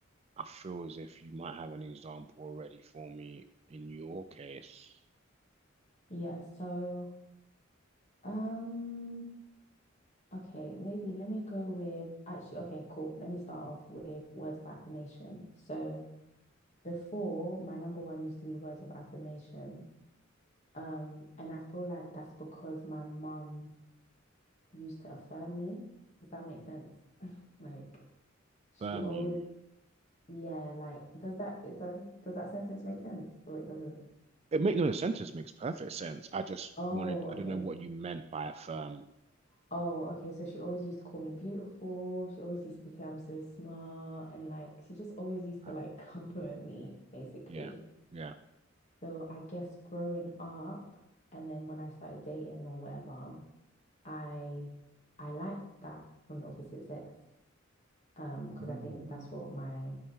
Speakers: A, on the right; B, on the left.
A: I feel as if you might have an example already for me in your case.
B: Yeah, so, um, okay, maybe let me go with, actually, okay, cool. Let me start off with words of affirmation. So before, my number one used to be words of affirmation. Um, and I feel like that's because my mum used to affirm me. Does that make sense? <laughs> Like she
A: Firm
B: always,
A: you.
B: yeah, like does that, it does, does that sentence make sense or it doesn't?
A: It make no sentence makes perfect sense. I just
B: Oh,
A: wanted, I don't
B: okay.
A: know what you meant by a firm.
B: Oh, okay. So she always used to call me beautiful. She always used to say I'm so smart. And like, she just always used
A: Oh,
B: to like <laughs> compliment me, basically.
A: yeah, yeah.
B: So I guess growing up and then when I started dating or whatever, I I liked that from the opposite sex. Um, because
A: Hmm.
B: I think that's what my,